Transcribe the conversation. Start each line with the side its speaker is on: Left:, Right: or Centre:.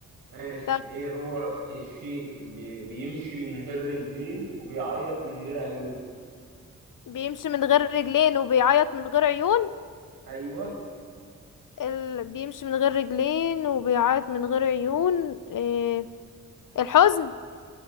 Right: ماشي
Left: طب
Right: ايه هو الشيء اللي بيمشي من غير رجلين وبيعيط من غير عيوب؟
Left: بيمشي من غير رجلين وبيعيط من غير عيون
Right: ايوه
Left: ال... بيمشي من غير رجلين وبيعيط من غير عيون إيه الحزن